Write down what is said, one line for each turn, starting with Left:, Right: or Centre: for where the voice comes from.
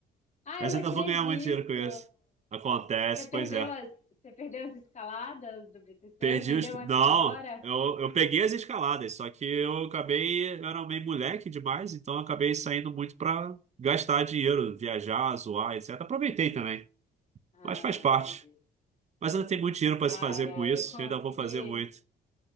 Left: Ah,
Right: Mas
Left: eu não
Right: ainda
Left: acredito!
Right: vou ganhar muito dinheiro com isso. Acontece,
Left: Você perdeu
Right: pois é.
Left: as, você perdeu as escaladas do BTC?
Right: Perdi
Left: Vendeu
Right: os.
Left: antes
Right: Não,
Left: da hora?
Right: eu, eu peguei as escaladas, só que eu acabei. Eu era meio moleque demais, então eu acabei saindo muito pra gastar dinheiro, viajar, zoar, etc. Aproveitei também,
Left: Ah,
Right: mas faz parte.
Left: entendi.
Right: Mas ainda tem muito dinheiro pra
Left: Cara,
Right: se fazer com isso,
Left: eu consegui.
Right: eu ainda vou fazer muito.